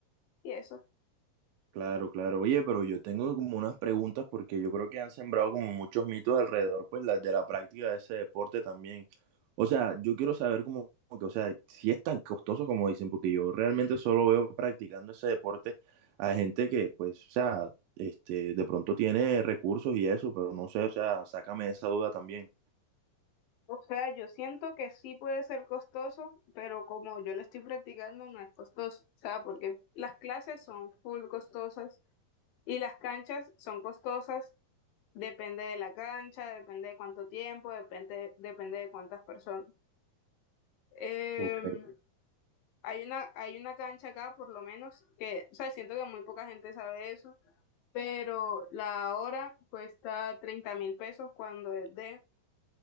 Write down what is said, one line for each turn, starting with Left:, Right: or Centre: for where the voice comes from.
Left: y eso.
Right: Claro, claro. Oye, pero yo tengo como unas preguntas porque yo creo que han sembrado como muchos mitos alrededor, pues, la- de la práctica de ese deporte también. O sea, yo quiero saber como como que, o sea, si es tan costoso como dicen, porque yo realmente solo veo practicando ese deporte a gente que, pues, o sea, este, de pronto tiene recursos y eso, pero no sé, o sea, sácame esa duda también.
Left: O sea, yo siento que sí puede ser costoso, pero como yo lo estoy practicando no es costoso, o sea, porque las clases son full costosas y las canchas son costosas, depende de la cancha, depende de cuánto tiempo, depende, depende de cuántas personas. Em,
Right: Ok,
Left: hay una, hay una cancha acá, por lo menos, que, o sea, siento que muy poca gente sabe eso pero la hora cuesta treinta mil pesos cuando es de